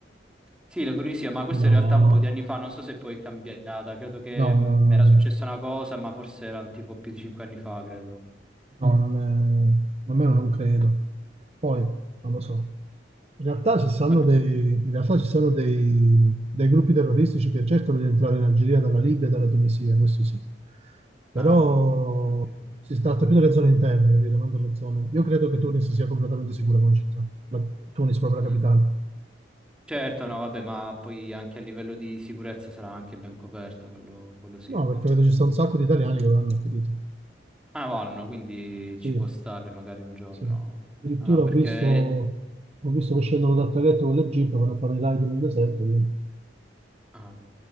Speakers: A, in the centre; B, on the right.
A: Sì, la Tunisia, ma questo
B: No.
A: in realtà un po' di anni fa, non so se poi è cambiata, credo che
B: No, no,
A: mh,
B: no,
A: era successa
B: no.
A: una cosa, ma forse erano tipo più di cinque anni fa, credo.
B: No, non è... almeno non credo. Poi, non lo so. In realtà ci stanno
A: Vabbè.
B: dei, in realtà ci sono dei, dei gruppi terroristici che cercano di entrare in Algeria dalla Libia e dalla Tunisia, questo sì. Però
A: Ah, ok.
B: si tratta più delle zone interne, capito? Non delle zone. Io credo che Tunis sia completamente sicura come città. La, Tunis, proprio la
A: Mm.
B: capitale.
A: Certo, no, vabbè, ma poi anche a livello di sicurezza sarà anche ben coperto, quello, quello sì.
B: No, perché vedo ci sta un sacco di italiani che l'hanno accudito.
A: Ah, vanno, quindi
B: Sì.
A: ci può stare magari un giorno.
B: Sì. Addirittura
A: No, no, perché...
B: ho visto, ho visto che scendono dal traghetto con le jeep per fare i raid nel deserto, quindi
A: Ah,